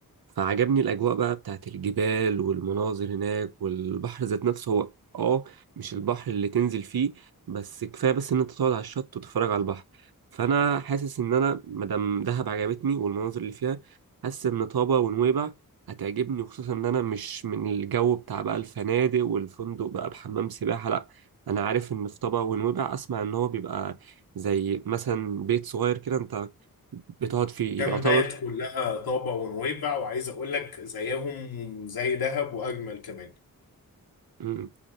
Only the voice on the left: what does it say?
كامبات
كلها طابة ونويبع وعايز أقول لك زيهم زي دهب وأجمل كمان